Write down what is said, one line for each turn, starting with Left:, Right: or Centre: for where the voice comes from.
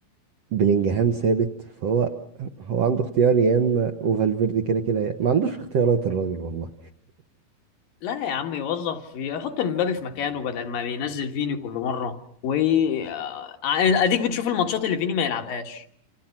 Right: بلينجهام ثابت فهو هو عنده اختيار يا اما وفالفيردي كده كده يا- ما عندوش اختيارات الراجل والله
Left: لا يا عم يوظف يحط مبابي في مكانه بدل ما بينزل فيني كل مرة و آه، يعني اديك بتشوف الماتشات اللي فيني ما يلعبهاش